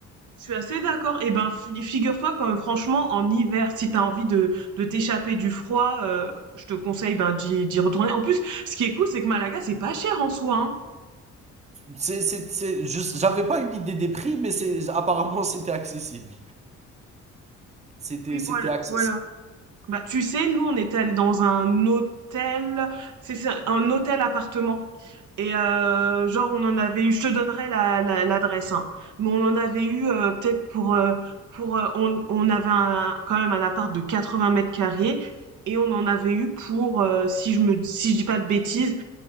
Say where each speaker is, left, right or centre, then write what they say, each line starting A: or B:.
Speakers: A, on the right; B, on the right.
A: Je suis assez d'accord et ben, fi figure-toi que euh, franchement en hiver, si t'as envie de de t'échapper du froid, heu, je te conseille, ben, d'y d'y retourner. En plus, ce qui est cool, c'est que Malaga, c'est pas cher en soi, hein.
B: C'est, c'est, c'est- je- j'avais pas une idée des prix, mais c'est, apparemment, <laughs> c'était accessible. C'était,
A: Oui, voilà,
B: c'était accessible.
A: voilà. Bah, tu sais, nous, on était allés dans un hôtel, c'est c'est un hôtel appartement. Et euh, genre, on en avait eu, je te donnerai la, la- l'adresse, hein. Mais on en avait eu euh, peut-être pour euh, pour euh, on, on avait un, quand même un appart de 80 mètres carrés et on en avait eu pour euh, si je me si je dis pas de bêtises